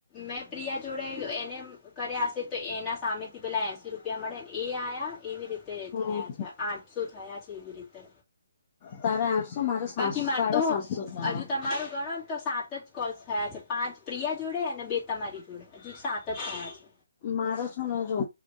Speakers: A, on the left; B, on the left.
A: મેં પ્રિયા જોડે એને કર્યા હશે તો એના સામે તે પેલાં એંસી રૂપિયા મળે ને એ આયા એવી રીતે
B: હા
A: થયા છે આઠસો થયા છે એવી રીતે
B: તારા આઠસો મારા સાત
A: બાકી
B: સાડા
A: માર તો
B: સાતસો થયા
A: હજુ તમારું ગણો તો સાત સાત જ કોલ્સ થયા છે પાંચ પ્રિયા જોડે અને બે તમારી જોડે હજુ સાત જ થયા છે
B: મારો છેને જો